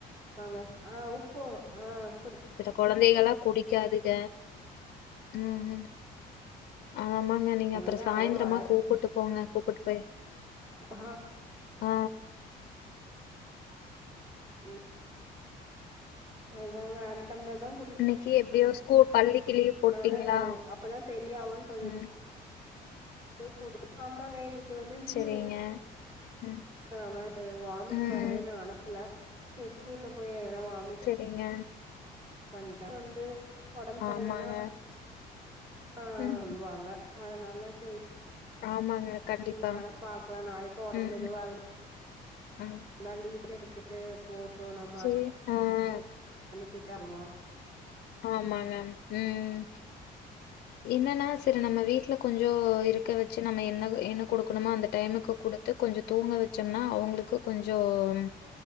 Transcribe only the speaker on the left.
கொழந்தைகளா குடிக்காதுக ம் ம் அத ஆமாங்க நீங்க
அப்றோ சாய்ந்ரமா
கூப்புட்டு போங்க கூப்புட்டு போய்
ஆ
இன்னைக்கி எப்டியோ ஸ்கூல் பள்ளிக்கு லீவ் போட்டீங்களா?
ம்.
சரிங்க. ம்,
ம்.
செரிங்க
ஆமாங்க.
ம்.
ஆமாங்க கண்டிப்பா.
ம்,
ம்.
சே
ம்
ஆமாங்க ம் என்னனா செரி நம்ம வீட்ல கொஞ்சோ இருக்க வெச்சு நம்ம என்னக என்ன குடுக்குணுமோ அந்த டைமுக்கு குடு த்து கொஞ்சோ தூங்க வெச்சோம்னா அவுங்ளுக்கு கொஞ்சோம்